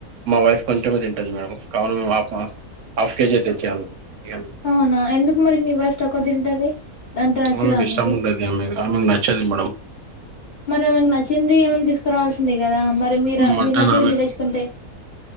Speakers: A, on the right; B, on the left.
A: మా వైఫ్ కొంచమే తింటది మేడం కావున మేము హఫ్ హాఫ్ కేజీఏ తెచ్చాం ఇగ
B: అవునా ఎందుకు మరి మీ వైఫ్ తక్కువ తింటది అంటే నచ్చదా
A: అమెకు
B: ఆమెకి?
A: ఇష్టం ఉండది ఆమె ఆమెకు నచ్చది మేడం
B: మరి ఆమెకు నచ్చింది ఏమైన్నా తీసుకురావాల్సిందే కదా మరి మీరు
A: మటన్
B: మీకు నచ్చింది మీరు తెచ్చుకుంటే